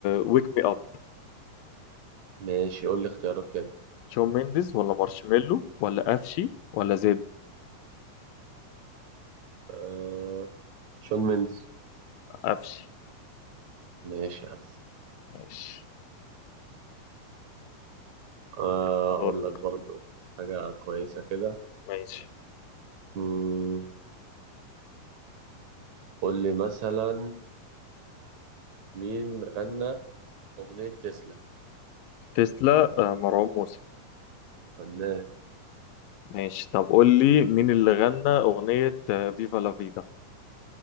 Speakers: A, on the left; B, on the right.
A: ويك مي اب
B: ماشي قول لي اختيارات كده
A: شون مينديز ولا مارشميلو ولا افشي ولا زيد
B: آه شون مينز
A: افشي
B: ماشي يا عم
A: ماشي
B: آه
A: يلا
B: أقول
A: دور
B: لك برضو حاجة كويسة كده
A: ماشي
B: مم، قول لي مثلا مين غنى أغنية تسلا
A: تسلا آه، مروان موسى
B: فنان
A: ماشي طب قول لي مين اللي غنى أغنية فيفا لا فيدا